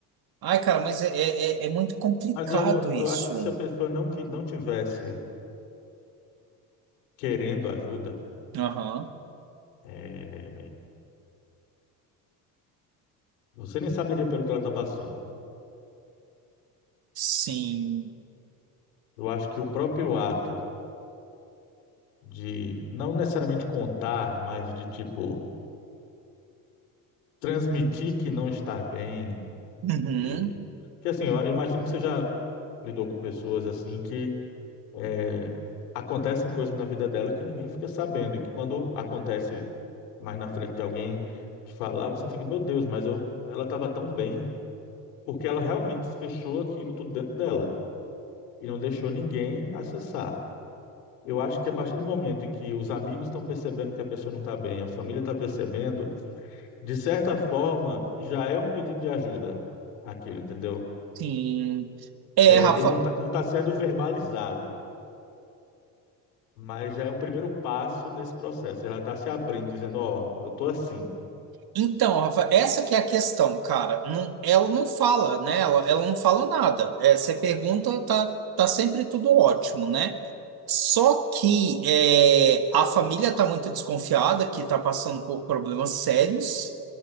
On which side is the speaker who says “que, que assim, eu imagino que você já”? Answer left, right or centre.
Left